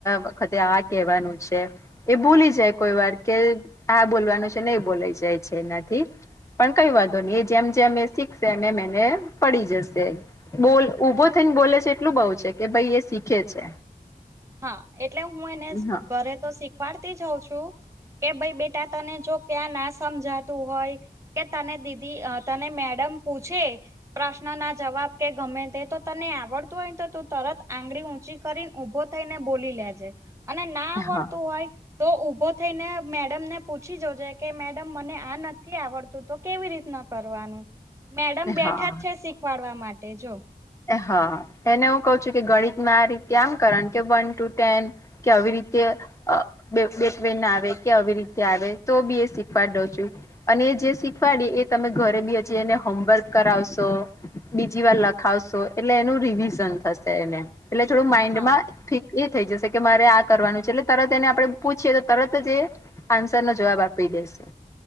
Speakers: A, on the left; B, on the right.
A: વખતે આ કેવાનું છે એ ભૂલી જાય
B: હા
A: કોઈ વાર. કે આ બોલવાનું છે નહી બોલાય જાય છે એનાથી. પણ કંઈ વાંધો નહી એ જેમ જેમ એ શીખશે એમ એમ એને પડી જશે. બોલ ઉભો થઈને બોલે છે એટલું બઉ છે કે ભાઈ એ શીખે છે.
B: હા એટલે હું એને
A: હા
B: ઘરે તો શીખવાડતી જ હઉં છું કે ભાઈ બેટા તને જો ક્યાં ના સમજાતું હોય કે તને દીદી તને મેડમ પૂછે. પ્રશ્ન ના જવાબ કે ગમે તે તો તને આવડતું હોય ને તો તું તરત આંગળી ઊંચી કરીને ઉભો થઈને બોલી લેજે અને ના આવડતું
A: હા
B: હોય. તો ઊભો થઈને મેડમને પૂછી જોજે કે મેડમ મને આ નથી આવડતું. તો કેવી રીતના કરવાનું મેડમ બેઠા
A: હા
B: જ છે શીખવાડવા માટે જો
A: હા એને હું કઉ છું કે ગણિતમાં આ રીતે આમ કરવાનુ કે વન ટુ ટેન. કે આવી રીતે બીટવીન આવે કે આવી રીતે આવે તો બી એ શીખવા દઉં છું. અને એ જે શીખવાડી એ તમે ઘરે બી હજી એને હોમવર્ક કરાવશો બીજી વાર લખ લખાવશો એટલે એનું રિવિઝન થશે એને એટલે થોડું માઈન્ડમાં
B: હા
A: ફિટ એ થઈ જશે કે મારે આ કરવાનું છે એટલે તરત એને આપડે પૂછીએ તો તરત જ એ આન્સર નો જવાબ આપી દેશે.